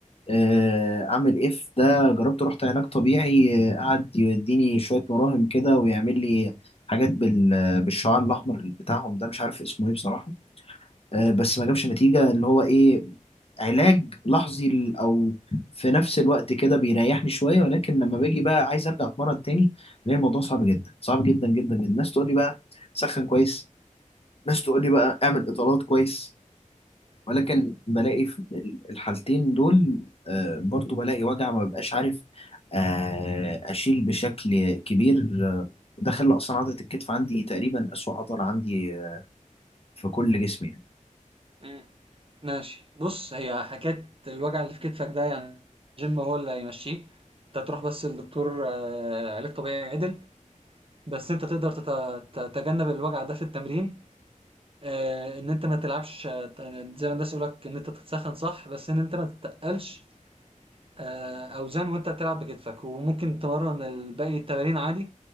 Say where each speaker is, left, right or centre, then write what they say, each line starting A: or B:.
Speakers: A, on the left; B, on the right.
A: آه، اعمل ايه في ده جربت رحت علاج طبيعي آه، قعد يديني شويه مراهم كده ويعمل لي حاجات بال... بالشعاع الاحمر بتاعهم ده مش عارف اسمه ايه بصراحه آه، بس ما جابش نتيجه اللي هو ايه علاج لحظي ل- او في نفس الوقت كده بيريحني شويه ولكن لما باجي بقى عايز ارجع اتمرن تاني بلاقي الموضوع صعب جدا صعب جدا جدا جدا الناس تقول لي بقى سخن كويس ناس تقول لي بقى اعمل اطالات كويس ولكن بلاقي في ال- الحالتين دول آه، برضو بلاقي وجع ما ببقاش عارف آه، أشيل بشكل كبير آه، وده خلى أصلا عضلة الكتف عندي تقريبا أسوأ عضلة عندي آه، في كل جسمي يعني
B: مم. ماشي بص هي حكاية الوجع اللي في كتفك ده يعني الجيم هو اللي هيمشيه انت تروح بس للدكتور آه، علاج طبيعي عدل بس انت تقدر تت- تتجنب الوجع ده في التمرين آه، ان انت ما تلعبش آه، زي ما الناس يقولك ان انت تتسخن صح بس ان انت ما تتقلش آه، اوزان وانت بتلعب بكتفك وممكن تمرن الباقي التمارين عادي